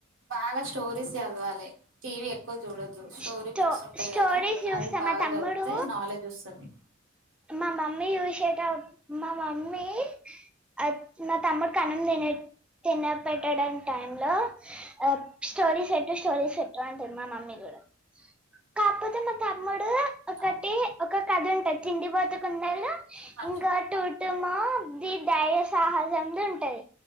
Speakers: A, on the right; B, in the centre.
A: బాగ స్టోరీస్ జదవాలె టీవీ ఎక్కువ జూడొద్దు స్టోరీ
B: స్టో
A: బుక్స్సుంటై
B: స్టోరీస్
A: గదా
B: చూస్తా
A: అవ్ బాగ
B: మా తమ్ముడు
A: జదువుతే నాలెడ్జొస్తది
B: మా మమ్మీ జూషేట మా మమ్మీ అద్ నా తమ్ముడ్కన్నం దినే తినపెట్టే టైమ్ లో అ స్టోరీస్ బెట్టు స్టోరీస్ పెట్టు అంటది మా మమ్మీ గూడ కాపోతే మా తమ్ముడు ఒకటి
A: అదే అదే
B: ఒక కతుంటది తిండిబోతు కుందేలు
A: మంచు
B: టుటుమా ది ధైర్య సాహసందుంటది